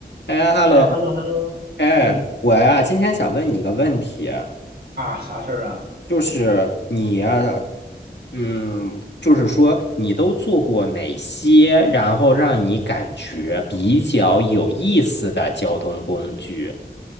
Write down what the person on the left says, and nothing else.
哎，hello，
哎，
我呀，今天想问你个问题，
就是你呀，嗯，就是说你都做过哪些，然后让你感觉比较有意思的交通工具？